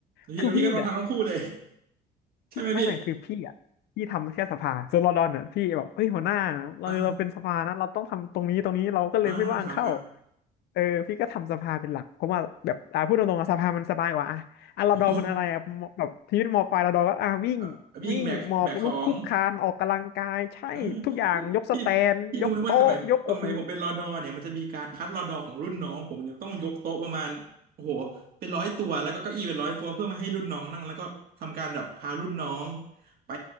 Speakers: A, on the right; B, on the left.
A: พี่พี่ก็ต้องทำทั้งคู่เลย
B: คือพี่เนี่ย
A: ใช่ไหมพี่
B: พี่ไม่ไม่คือพี่อ่ะพี่ทำแค่สภาส่วนรอดอนเนี่ยพี่แบบเฮ้ยหัวหน้าเราเราเป็นสภานะเราต้องทำตรงนี้ตรงนี้เราก็เลยไม่ว่างเข้า
A: อ่าอ่าครับครับ
B: เออพี่ก็ทำสภาเป็นหลักเพราะว่าแบบอ่าพูดตรงๆอะสภามันสบายกว่าอ่ะอ่ะรอดอนมันอะไรอ่ะมแบบชีวิตมอปลายรอดอนก็อ่ะวิ่ง
A: โอ้อ่ะวิ่งแบกแบกของ
B: วิ่งหมอบลุกคลุกคลานออกกำลังกายใช่ทุกอย่างยกสแตนยกโต๊ะยกโอ้โห
A: เออพี่พี่พี่ รู้ไหมว่าสมัยสมัยผมเป็นรอดอเนี่ยมันจะมีการคัดรอดอของรุ่นน้องผมเนี่ยต้องยกโต๊ะประมาณโอ้โหเป็นร้อยตัวแล้วก็เก้าอี้เป็นร้อยตัวเพื่อมาให้รุ่นน้องนั่งแล้วก็ทำการแบบพารุ่นน้องไป